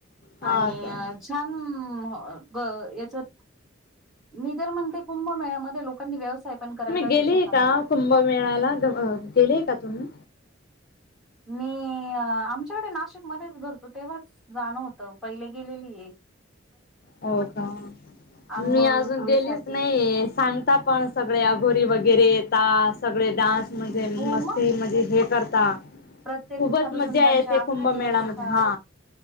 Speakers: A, on the left; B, in the centre.
A: हा
B: आणि
A: का
B: छान मग याच्यात, मी तर म्हणते कुंभमेळ्यामध्ये लोक नी आणि व्यवसाय पण करायला. पाहिजे
A: गेलेय
B: छोटा
A: का
B: मोठा.
A: कुंभमेळ्याला अ गेलेय का तुम्ही?
B: हम् मी आमच्याकडे नाशिक मध्येच भरतो, तेव्हाच जाण होत पहिली गेलेलीये.
A: हो का,
B: आंघोळीसाठी
A: मी अजून गेलीच नाही ये सांगता पण सगळे अघोरी वगैरे येतात सगळे डान्स म्हणजे,
B: हो
A: मस्ती
B: मग
A: म्हणजे हे करतात.
B: प्रत्येक
A: खूपच
B: साधू
A: मज्जा
B: संतांचे
A: येते
B: आखाडे
A: कुंभमेळ्यामध्ये
B: असतात
A: हा